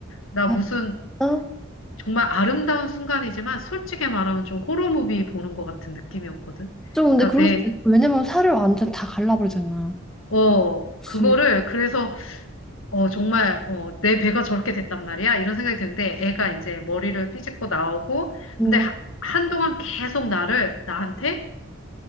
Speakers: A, on the left (about 75°); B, in the centre.
A: 나
B: 아,
A: 무슨
B: 진짜?
A: 정말 아름다운 순간이지만 솔직히 말하면 좀 호러무비 보는 것 같은 느낌이었거든.
B: 좀 근데
A: 그러니까
B: 그럴
A: 내,
B: 수 있어. 왜냐면 살을 완전 다 갈라버리잖아.
A: 어,
B: 그치.
A: 그거를 그래서 어, 정말 어, 내 배가 저렇게 됐단 말이야. 이런 생각이 드는데 애가 이제 머리를 삐집고 나오고
B: 음,
A: 근데 하- 한동안 계속 나를 나한테